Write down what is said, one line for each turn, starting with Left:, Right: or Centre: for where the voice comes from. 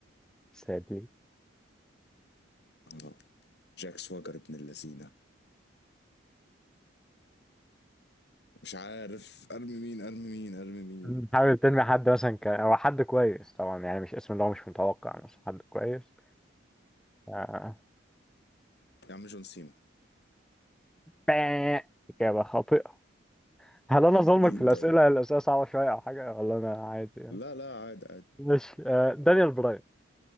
Centre: سادي
Left: آه. جاك سواجر ابن اللذينة مش عارف أرمي مين أرمي مين أرمي مين
Centre: مم. حاول تنمي حد مثلا ك... او حد كويس طبعا يعني مش اسم اللي هو مش متوقع مثلا حد كويس آه.
Left: يا عم جون سينا
Centre: باه. إجابة خاطئة هل انا ظلمك
Left: مين
Centre: في الاسئله
Left: طيب
Centre: الاسئله صعبه شويه او حاجه ولا انا عادي يعني
Left: لا لا عادي عادي
Centre: ماشي آه دانيال براين